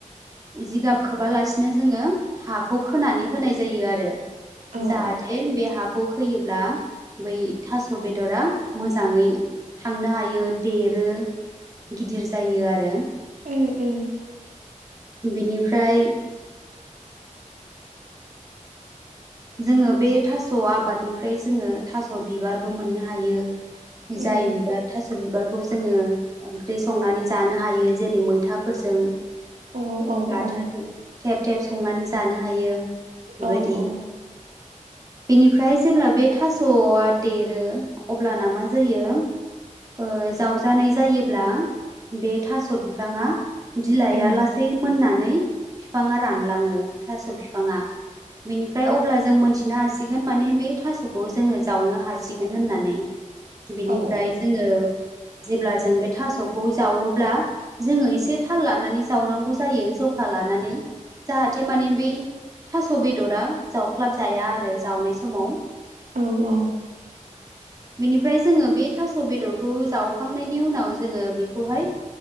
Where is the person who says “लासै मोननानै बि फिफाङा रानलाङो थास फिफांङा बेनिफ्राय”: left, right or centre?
Right